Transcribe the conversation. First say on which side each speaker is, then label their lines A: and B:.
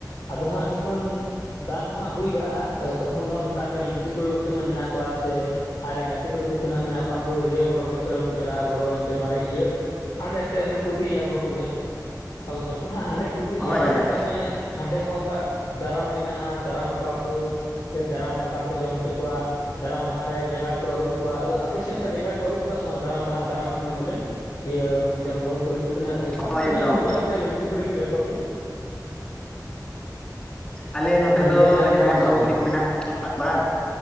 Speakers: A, on the left; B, on the left.
A: ᱟᱫᱚ ᱦᱟᱸᱜ ᱡᱚᱠᱷᱚᱱ ᱫᱟᱱ ᱠᱚ ᱦᱟᱸᱜ ᱦᱩᱭ ᱵᱟᱲᱟᱜ-ᱟ᱾ ᱟᱫᱚ ᱛᱚᱠᱷᱚᱱ ᱫᱚ ᱦᱟᱸᱜ ᱢᱮᱛᱟᱜ ᱢᱮ ᱞᱩᱝᱛᱤ ᱠᱩᱲᱤ ᱠᱚ ᱛᱤᱱᱟᱹᱜ ᱢᱮᱱᱟᱜ ᱠᱚᱣᱟ ᱥᱮ ᱟᱡ ᱨᱮᱱ ᱜᱟᱛᱮ ᱠᱩᱲᱤ ᱠᱚ ᱛᱤᱱᱟᱹᱜ ᱢᱮᱱᱟᱜ ᱠᱚᱣᱟ᱾ ᱩᱱᱠᱩ ᱨᱤᱭᱟᱹᱣ ᱠᱚᱣᱟ ᱵᱚᱞᱮ ᱪᱚᱞᱚ ᱵᱚᱱ ᱪᱟᱞᱟᱜ-ᱟ ᱜᱚᱲᱚ ᱟᱹᱧ ᱯᱮ ᱵᱟᱨ ᱤᱭᱟᱹ᱾ ᱦᱟᱸᱰᱮ ᱛᱮ ᱚᱱᱮ ᱠᱚ ᱤᱫᱤᱭᱟ ᱵᱟᱹᱦᱩ ᱠᱩᱲᱤ ᱦᱟᱸᱜ᱾ ᱟᱫᱚ ᱡᱚᱠᱷᱚᱱ ᱦᱟᱸᱜ ᱦᱟᱸᱰᱮ ᱠᱚ ᱤᱫᱤᱭᱟ
B: ᱦᱳᱭ ᱦᱳᱭ
A: ᱛᱚ ᱢᱮᱛᱟᱜ ᱢᱮ ᱦᱟᱸᱰᱮ ᱦᱚᱸ ᱚᱱᱠᱟ ᱫᱟᱨᱟᱢ ᱢᱮᱱᱟᱜ-ᱟ ᱫᱟᱨᱟᱢ ᱠᱚᱣᱟ ᱠᱚ᱾ ᱯᱷᱮᱨ ᱫᱟᱨᱟᱢ ᱫᱟᱠᱟ ᱠᱚ ᱡᱚᱢ ᱦᱚᱪᱚ ᱠᱚᱣᱟ᱾ ᱫᱟᱨᱟᱢ ᱞᱟᱦᱟᱨᱮ ᱡᱟᱸᱜᱟ ᱠᱚ ᱟᱹᱨᱩᱵᱽ ᱠᱚᱣᱟ᱾ ᱟᱫᱚ ᱟᱯᱮ ᱥᱮᱫ ᱚᱱᱠᱟ ᱡᱟᱸᱜᱟ ᱠᱚ ᱟᱹᱨᱩᱵᱽ ᱠᱚᱣᱟ ᱥᱮ ᱵᱟᱝ ᱫᱟᱨᱟᱢ ᱞᱟᱦᱟ ᱫᱟᱨᱟᱢ ᱥᱚᱢᱚᱭ ᱵᱚᱞᱮ ᱤᱭᱟᱹ ᱡᱚᱢ ᱵᱟᱹᱦᱩ ᱠᱩᱲᱤ ᱠᱚ? ᱛᱤᱱᱟᱹᱜ
B: ᱦᱳᱭ
A: ᱛᱤᱱᱟᱹᱜ
B: ᱮᱠᱫᱚᱢ
A: ᱠᱚ ᱦᱤᱡᱩᱜ-ᱟ ᱛᱮ ᱞᱩᱝᱛᱤ ᱠᱩᱲᱤ ᱠᱚ ᱡᱚᱛᱷᱚ ᱜᱮ᱾
B: ᱟᱞᱮ ᱱᱚᱛᱮ
A: ᱦᱮᱸ
B: ᱫᱚ
A: ᱞᱟᱹᱭ ᱢᱮ ᱟᱹᱨᱩᱵ
B: ᱡᱟᱦᱟᱸᱭ
A: ᱠᱚᱣᱟ
B: ᱵᱟᱹᱦᱩ
A: ᱥᱮ ᱵᱟᱝ
B: ᱠᱩᱲᱤ ᱠᱚ ᱢᱮᱱᱟᱜ ᱠᱚᱣᱟ